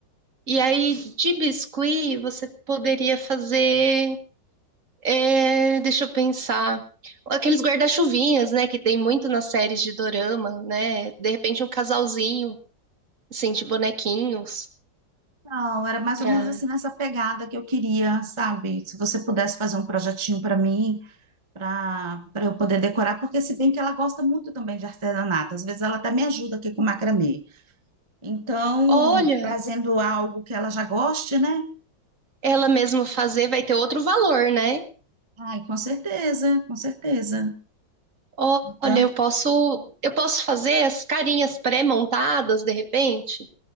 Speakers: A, on the right (about 45°); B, on the right (about 20°).
A: E aí, de biscuit, você poderia fazer. é, deixa eu pensar. Aqueles guarda-chuvinhas, né? Que tem muito nas séries de dorama, né? De repente, um casalzinho, assim, de bonequinhos.
B: Então, era mais
A: Pra...
B: ou menos assim nessa pegada que eu queria, sabe? Se você pudesse fazer um projetinho para mim, para para eu poder decorar, porque se bem que ela gosta muito também de artesanato, às vezes ela até me ajuda aqui com macramê. Então,
A: Olha,
B: trazendo algo que ela já goste, né?
A: ela mesma fazer vai ter outro valor, né?
B: Ai, com certeza, com certeza.
A: Ó-
B: Então,
A: Olha, eu posso, eu posso fazer as carinhas pré-montadas, de repente,